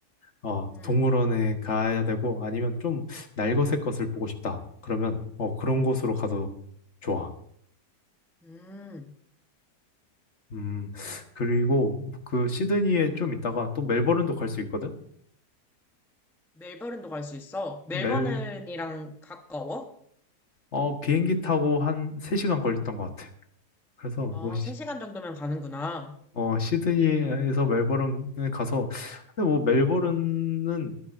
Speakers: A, on the left; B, in the centre.
A: 어,
B: 응,
A: 동물원에 가야 되고 아니면 좀 날것의 것을 보고 싶다. 그러면, 어, 그런 곳으로 가도 좋아.
B: 응.
A: 음, 그리고 그 시드니에 좀 있다가 또 멜버른도 갈 수 있거든?
B: 멜버른도 갈 수 있어? 멜버른이랑
A: 멜,
B: 가까워?
A: 어, 비행기 타고 한 3시간 걸렸던 것 같아. 그래서
B: 아,
A: 뭐
B: 3시간 정도면 가는구나.
A: 어, 시드니에서 멜버른에 가서, 근데 뭐 멜버른은,